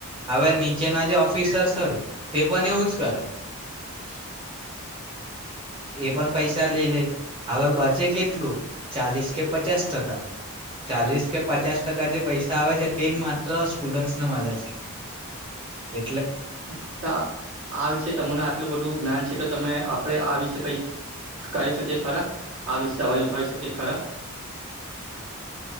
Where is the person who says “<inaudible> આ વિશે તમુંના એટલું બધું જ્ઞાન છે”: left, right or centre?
Right